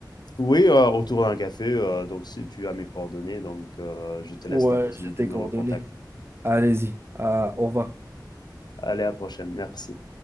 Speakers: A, on the left; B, on the right.
A: Oui, heu, autour d'un café, heu, donc si tu as mes coordonnées, donc heu, je te
B: Ouais,
A: laisse la possibilité
B: j'ai tes
A: de
B: coordonnées.
A: me recontacter.
B: Allez-y. Ah, au revoir.
A: Allez, à la prochaine, merci.